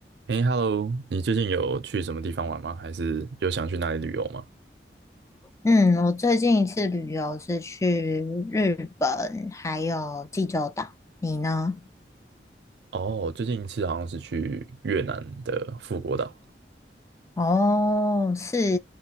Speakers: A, on the right; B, on the left.
A: 哎，Hello，你最近有去什么地方玩吗？还是有想去哪里旅游吗？
B: 嗯，我最近一次旅游是去日本，还有济州岛。你呢？
A: 哦，最近一次好像是去越南的富国岛，
B: 哦，是